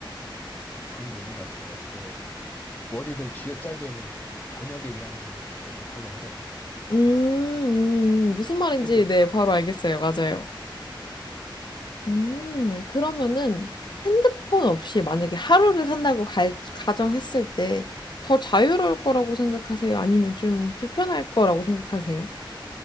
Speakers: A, on the left; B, on the left.
A: 좀 그런 게 있는 것 같아요. 이게 뭐 어디들 쥐어짜기에는 저녁에 일하는 게 더 좋다고 해야 되나?
B: 음, 음, 음, 무슨 말인지,
A: 힘들지만.
B: 네, 바로 알겠어요. 맞아요. 음, 그러면은 핸드폰 없이 만약에 하루를 산다고 갈, 가정했을 때 더 자유로울 거라고 생각하세요? 아니면 좀 불편할 거라고 생각하세요?